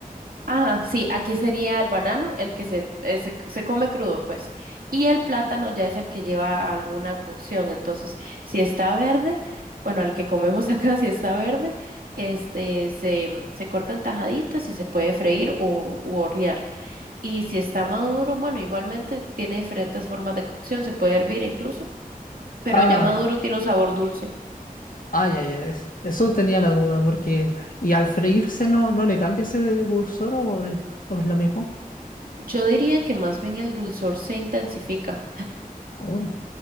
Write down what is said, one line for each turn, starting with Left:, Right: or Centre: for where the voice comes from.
Right: Ajá, sí, aquí sería el banano, el que se, eh, se, se come crudo, pues. Y el plátano ya es el que lleva alguna cocción, entonces, si está verde, bueno, el que comemos acá, <laughs> si está verde, este, se, se cortan tajaditas y se puede freír o u hornear. Y si está maduro, bueno, igualmente tiene diferentes formas de cocción, se puede hervir incluso, pero
Left: Ah.
Right: ya maduro tiene un sabor dulce.
Left: Ay, ay, ay. es- Eso tenía la duda, porque. ¿Y al freírse no, no le cambia ese dulzor o es, o es lo mismo?
Right: Yo diría que más bien el dulzor se intensifica.
Left: Mm,